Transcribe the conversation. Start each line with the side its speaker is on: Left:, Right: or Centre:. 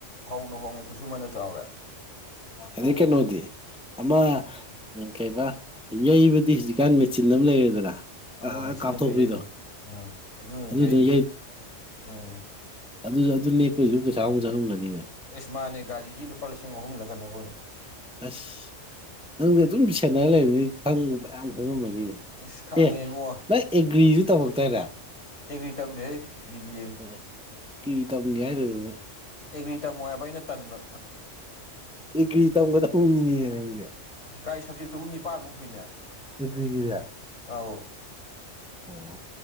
Left: ꯐꯧꯅ ꯍꯣꯡꯉꯦ ꯈꯨꯠꯁꯨꯃꯟꯅ ꯆꯥꯎꯔꯦ
Centre: ꯑꯗꯩ ꯀꯩꯅꯣꯗꯤ ꯑꯃ ꯌꯥꯡ ꯀꯩꯕ ꯌꯩꯕꯗꯤ ꯍꯧꯖꯤꯛꯀꯥꯟ ꯃꯦꯆꯤꯟ ꯑꯃ ꯂꯩꯔꯦꯗꯅ ꯑꯥ
Left: ꯑꯥꯎ ꯃꯦꯆꯤꯟꯅ
Centre: ꯀꯥꯞꯊꯣꯛꯄꯤꯗꯣ
Left: ꯂꯣꯏ ꯌꯒꯔꯥꯃꯤ ꯎꯝ ꯑꯗꯨꯅ
Centre: ꯑꯗꯨꯗꯨꯅ
Left: ꯌꯩ ꯎꯝ
Centre: ꯑꯗꯨꯖꯨ ꯑꯗꯨ ꯅꯦꯛꯄꯩꯖꯨ ꯄꯩꯁꯥ ꯑꯃꯨꯛ ꯆꯪꯉꯝꯒꯅꯤꯅꯦ
Left: ꯏꯁꯃꯥꯅꯦ ꯒꯥꯔꯤꯒꯤ ꯂꯨꯄꯥ ꯂꯤꯁꯤꯡ ꯑꯍꯨꯝꯂ ꯀꯩꯅꯣ ꯑꯣꯏ
Centre: ꯑꯁ ꯅꯪꯗꯤ ꯑꯗꯨꯝ ꯁꯦꯅꯥꯔ ꯂꯩꯕꯅꯤ ꯈꯪꯕ ꯌꯥꯝ ꯈꯪꯉꯃꯅꯤꯅꯦ
Left: ꯑꯁ ꯈꯪꯉꯦ
Centre: ꯑꯦ
Left: ꯏꯕꯨꯡꯉꯣ
Centre: ꯅꯪ ꯑꯦꯒ꯭ꯔꯤꯖꯨ ꯇꯧꯃꯛꯇꯥꯏꯅꯦ
Left: ꯑꯦꯒ꯭ꯔꯤ ꯇꯥꯝꯗꯦ ꯍꯩ ꯕꯤ ꯕꯤ ꯑꯦ
Centre: ꯑꯣ ꯀ꯭ꯔꯤ ꯇꯝꯒꯦ ꯍꯥꯏꯗꯥꯗꯅ
Left: ꯑꯦꯒ꯭ꯔꯤ ꯇꯝꯃꯣ ꯍꯥꯏꯕ ꯑꯩꯅ ꯇꯟꯕ
Centre: ꯑꯦꯒ꯭ꯔꯤ ꯇꯧꯒꯗꯕ ꯃꯤꯅꯦ ꯅꯪꯖꯦ
Left: ꯀꯥꯏ ꯁꯕꯖꯦꯛꯇꯨꯕꯨ ꯅꯤꯄꯥꯟꯃꯨꯛ ꯁꯨꯏꯅꯦ
Centre: ꯑꯦꯒ꯭ꯔꯤꯒꯤꯖꯦ
Left: ꯑꯥꯎ
Centre: ꯑꯣ